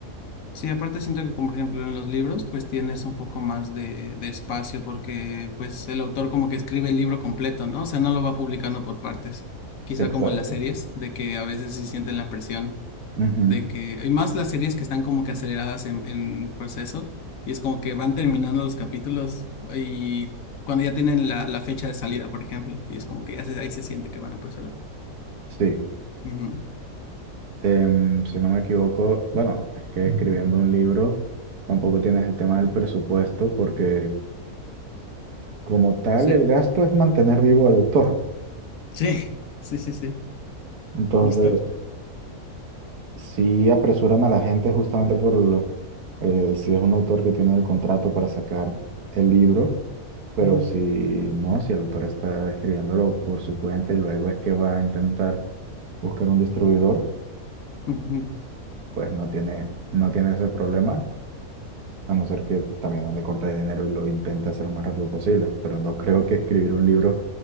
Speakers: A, on the left; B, on the right.
A: Sí, aparte siento que, como por ejemplo en los libros, pues tienes un poco más de, de espacio porque pues el autor como que escribe el libro completo, ¿no? O sea, no lo va publicando por partes. Quizá
B: Exacto.
A: como en las series, de que a veces sí sienten la presión
B: Ujú,
A: de que, y más las series que están como que aceleradas en, en el proceso, y es como que van terminando los capítulos y cuando ya tienen la, la fecha de salida, por ejemplo, y es como que ya se- ahí se siente que van apresurados.
B: Sí,
A: Ujú.
B: Em, si no me equivoco, bueno, es que escribiendo un libro tampoco tienes el tema del presupuesto porque como tal
A: Sí,
B: el gasto es mantener vivo al autor.
A: sí, <laughs> sí, sí, sí,
B: Entonces,
A: justo.
B: sí apresuran a la gente justamente por lo- eh, si es un autor que tiene el contrato para sacar el libro, pero
A: Ujú,
B: si no, si el autor está escribiéndolo por su cuenta y luego es que va a intentar buscar un distribuidor,
A: ujú.
B: pues no tiene, no tiene ese problema, a no ser que también ande corta de dinero y lo intente hacer lo más rápido posible, pero no creo que escribir un libro